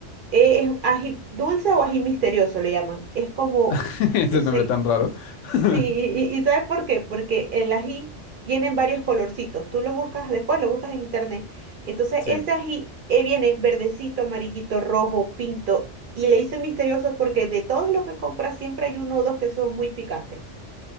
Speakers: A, on the right (about 55°); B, on the left (about 85°).
A: eh, es ají dulce o ají misterioso le llaman. Es como,
B: <laughs> Ese
A: sí.
B: nombre tan raro. <laughs>
A: Sí, y, y ¿sabes por qué? Porque el ají viene en varios colorcitos. Tú lo buscas, después lo buscas en internet. Y entonces
B: Sí.
A: ese ají eh, viene verdecito, amarillito, rojo, pinto. Y le hice misterioso porque de todos los que compras siempre hay uno o dos que son muy picantes.